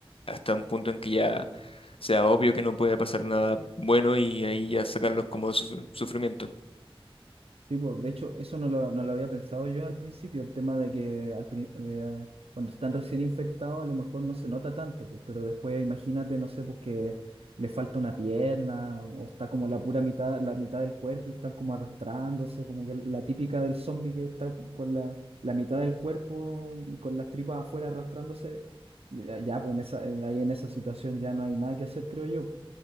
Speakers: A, on the left (about 65°); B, on the right (about 80°).
A: hasta un punto en que ya sea obvio que no puede pasar nada bueno y ahí ya sacarlos como de suf- sufrimiento.
B: Sí, pues, de hecho, eso no lo, no lo había pensado yo al principio, el tema de que al pri- eh, cuando están recién infectados a lo mejor no se nota tanto, pues, pero después imagínate, no sé, pues que le falta una pierna o está como la pura mitad, la mitad del cuerpo y están como arrastrándose, como que la típica del zombie que está con la, la mitad del cuerpo, con las tripas afuera arrastrándose, ya, ya, pues en esa, eh, ahí en esa situación ya no hay nada que hacer, creo yo.